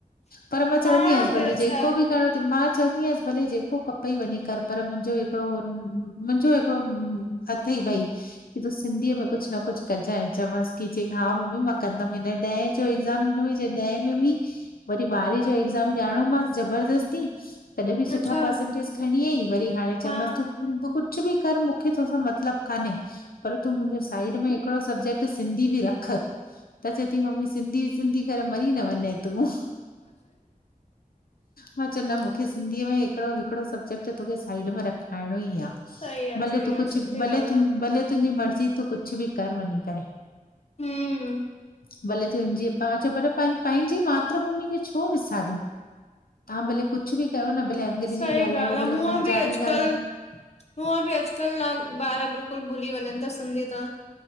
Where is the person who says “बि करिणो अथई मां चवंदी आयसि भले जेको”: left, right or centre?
Left